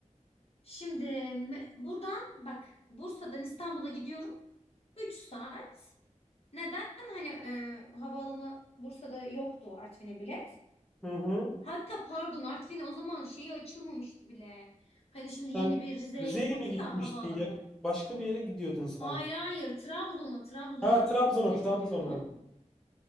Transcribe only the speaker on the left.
Şimdi me- buradan bak Bursa'dan İstanbul'a gidiyorum. üç saat. Neden? Hani e, havaalanı Bursa'da yoktu Artvin'e bilet.
Hatta pardon Artvin o zaman şeyi açılmamıştı bile. Hani şimdi yeni
bir Rize'ye
yapıldı
ya havaalanı.
Hayır hayır Trabzon'a Trabzon'a
bilet
alıyordum.